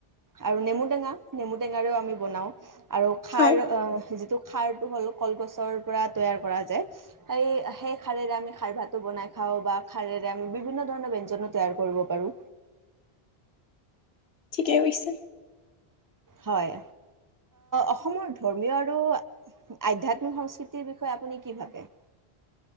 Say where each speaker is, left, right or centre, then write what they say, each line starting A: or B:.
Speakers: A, on the right (about 25°); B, on the left (about 70°).
A: আৰু নেমুটেঙা নেমু টেঙাৰেও আমি বনাও। আৰু খাৰ
B: হয়,
A: যিটো খাৰটো হল কলগছৰ পৰা তৈয়াৰ কৰা যায় সেই সেই খাৰৰে আমি খাৰ ভাতো বনাই খাওঁ বা খাৰেৰে আমি বিভিন্ন ধৰণৰ ব্যঞ্জন তৈয়াৰ কৰিব পাৰোঁ
B: ঠিকে কৈছ।
A: হয় অসমৰ ধৰ্মীয় আৰু আধ্যাত্মিক সংস্কৃতিৰ বিষয়ে আপুনি কি ভাবে।